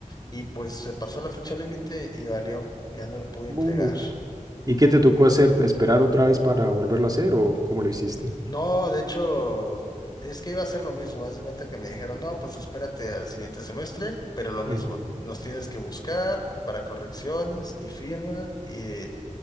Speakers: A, on the left (about 30°); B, on the right (about 30°).
A: y pues se pasó la fecha límite y valió, ya no lo pude
B: Uh,
A: entregar.
B: ¿Y qué te tocó hacer? ¿Esperar otra vez para volverlo a hacer o cómo lo hiciste?
A: No, de hecho, es que iba a ser lo mismo. Haz de cuenta que me dijeron, no, pues espérate al siguiente semestre, pero lo mismo,
B: ujú.
A: nos tienes que buscar para correcciones y firma y,